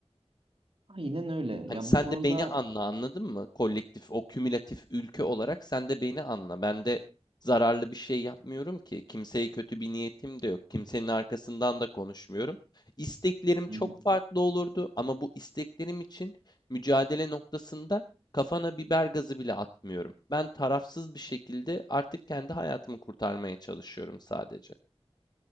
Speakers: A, on the right (about 60°); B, on the left (about 40°).
A: Aynen öyle.
B: Hani
A: Ya
B: sen
A: bu konuda
B: de beni anla, anladın mı? Kolektif, o kümülatif ülke olarak sen de beni anla. Ben de zararlı bir şey yapmıyorum ki. Kimseye kötü bir niyetim de yok. Kimsenin arkasından da konuşmuyorum. İsteklerim çok
A: Hı hı.
B: farklı olurdu ama bu isteklerim için mücadele noktasında kafana biber gazı bile atmıyorum. Ben tarafsız bir şekilde artık kendi hayatımı kurtarmaya çalışıyorum sadece.